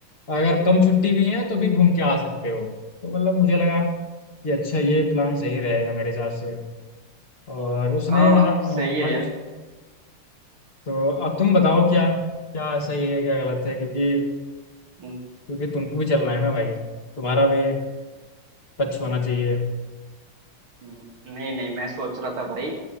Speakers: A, on the left (about 30°); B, on the right (about 70°).
A: अगर कम छुट्टी भी है तो भी घूम के आ सकते हो तो मतलब मुझे लगा कि अच्छा ये प्लान सही रहेगा मेरे हिसाब से और उसने
B: हाँ हाँ
A: हर,
B: सही है
A: हर
B: यार
A: तो अब तुम बताओ क्या क्या सही है क्या गलत है क्योंकि
B: हम्म,
A: क्योंकि तुमको भी चलना है ना भाई तुम्हारा भी टच होना चाहिए
B: हम्म। नहीं नहीं मैं सोच रहा था भाई